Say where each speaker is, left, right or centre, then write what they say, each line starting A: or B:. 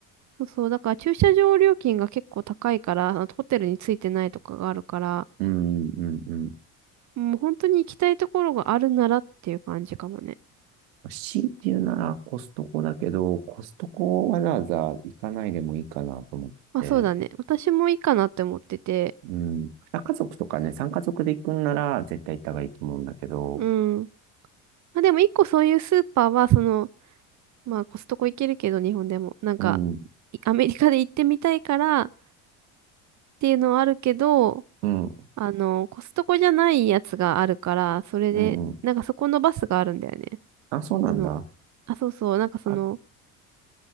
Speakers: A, on the right; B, on the right.
A: そうそう。だから駐車場料金が結構高いから、あのホテルについてないとかがあるから、
B: うん、うん、うん。
A: もう本当に行きたいところがあるならっていう感じかもね。
B: ま強いて言うならコストコだけど、コストコわざわざ行かないでもいいかなと思ってて。
A: まあそうだね。私もいいかなって思ってて。
B: うん。2家族とかね、3家族で行くんなら絶対行った方がいいと思うんだけど。
A: うん。まあでも一個そういうスーパーは、その、まあコストコ行けるけど日本でも、なんか、
B: うん、
A: い <laughs> アメリカで行ってみたいからっていうのはあるけど、
B: うん、
A: あの、コストコじゃないやつがあるから、それで、
B: うん、うん。
A: なんかそこのバスがあるんだよね。
B: あ、そうなんだ。
A: あの、あ、そうそう、なんかその、
B: あ、